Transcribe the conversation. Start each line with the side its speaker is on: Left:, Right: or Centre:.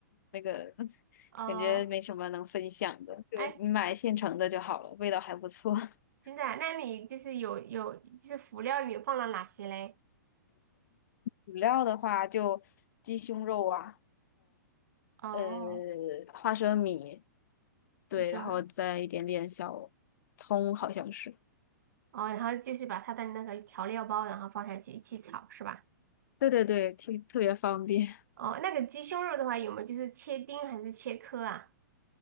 Left: 那个，
Right: 哦，
Left: 感觉没什么能分享的，就你买现成的就好了，
Right: 哎，
Left: 味道还不错。<laughs>
Right: 真的啊那你就是有有就是辅料你放了哪些嘞？
Left: 辅料的话就鸡胸肉啊，
Right: 哦，
Left: 呃，花生米，
Right: 鸡胸肉。
Left: 对，然后再一点点小葱，好像是，
Right: 哦，然后就是把它的那个调料包，然后放下去一起炒，是吧？
Left: 对对对，挺特别方便，
Right: 哦，那个鸡胸肉的话，有没有就是切丁还是切颗啊？